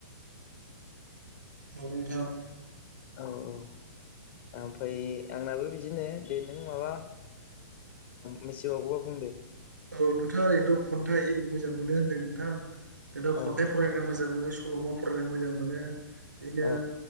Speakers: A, on the right; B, on the left.
A: हागुन थां,,
B: औ! औ! ओमफ्राय आंनाबो बिदिनो दे नों माबा,, मिथिबावोबोला बुंदो,,,
A: औ नोंथाङा ओरैनोथ' खन्था एरि मोजां मोनो नोंथां नोंथांङा खन्थाइ
B: औ
A: फरायनो मोजां मोनो सल'मा फरायनो मोजां मोनो बिदिनो
B: औ